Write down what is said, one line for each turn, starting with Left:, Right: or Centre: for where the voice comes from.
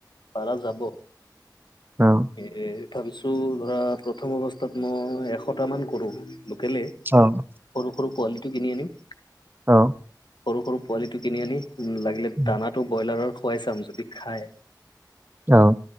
Left: পাৰা যাব।
Right: অহ',
Left: এ -এ ভাবিছোঁ ধৰা প্ৰথম অৱস্থাত মই এশটামান কৰোঁ লোকেলে।
Right: অ',
Left: সৰু- সৰু পোৱালিটো কিনি আনিম।
Right: অ',
Left: সৰু -সৰু পোৱালিটো কিনি আনি উম লাগিলে
Right: উম,
Left: দানাটো বইলাৰৰ খুৱাই চাম যদি খাই।
Right: অ',